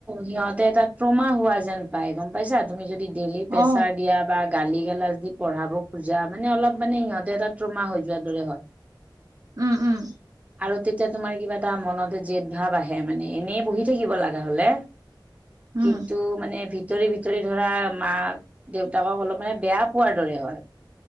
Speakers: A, on the right; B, on the right.
A: সিহঁত তাত ট্ৰমা হোৱা যেন পাই গম পাইছা তুমি যদি ডেইলি প্ৰেচাৰ
B: অ
A: দিয়া বা গালি গালাজ দি পঢ়াব খোজা মানে অলপ মানে সিহঁতে এটা ট্ৰমা হৈ যোৱাৰ দৰে হয়।
B: উম উম।
A: আৰু তেতিয়া তোমাৰ কিবা এটা মনতে জেদ ভাৱ আহে মানে এনেই বহি থাকিব লাগা হলে,
B: উম
A: কিন্তু মানে ভি ভিতৰি ভিতৰি ধৰা মাক দেউতাকক অলপ মানে বেয়া পোৱাৰ দৰে হয়।